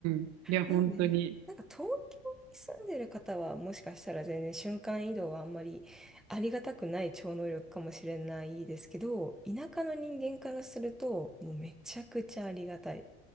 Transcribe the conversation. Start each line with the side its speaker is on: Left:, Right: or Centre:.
Right: ん。いや、
Centre: なんで、
Right: 本当に。
Centre: なんか東京に住んでる方はもしかしたら全然瞬間移動はあんまりありがたくない超能力かもしれないですけど、田舎の人間からするともうめちゃくちゃありがたい。